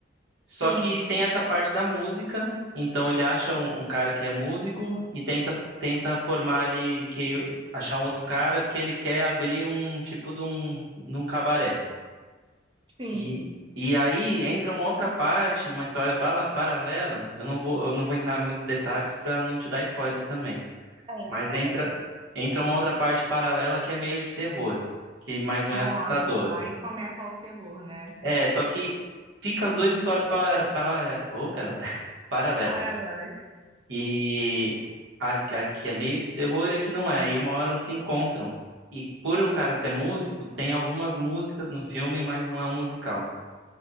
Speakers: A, on the right; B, on the right.
A: Só
B: Sim,
A: que tem essa parte da música, então ele acha um, um cara que é músico e tenta tenta formar ali que achar um outro cara porque ele quer abrir um tipo de um, de um cabaré.
B: sim.
A: E e aí entra uma outra parte, uma história pala- paralela. Eu não vou eu não vou entrar em muitos detalhes para não te dar spoiler também.
B: É.
A: Mas entra entra uma outra parte paralela que é meio de terror, que mas não
B: Nossa,
A: é assustador.
B: aí começa o terror, né?
A: É, só que fica as duas histórias para, para, oh, cara, <laughs> paralelas.
B: Paralelas.
A: E a, a que é meio de terror e a que não é. E uma hora elas se encontram. E por o cara ser músico, tem algumas músicas no filme, mas não é um musical.